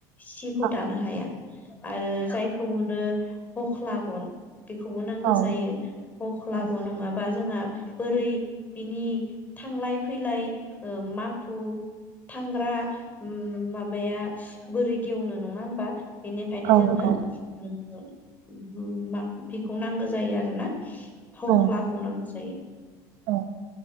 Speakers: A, on the left; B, on the right.
A: सिखौ
B: औ
A: दानो हाया आरो जायखौ होनो हख्ला गन। बेखौबो नांगो
B: औ
A: जायो हख्ला
B: औ
A: गन नङाबा जोंहा बोरै बिनि थांलाय फैलाय ओ माखु थांग्रा उम माबाया बोरै गेवनो नङा होमबा? बेनिखायनो
B: औ
A: जोंनो
B: नंगौ
A: उम उम मा बेखौ नांगो जायो आरोना फावख्लाखौ
B: औ
A: नांगो जायो।
B: औ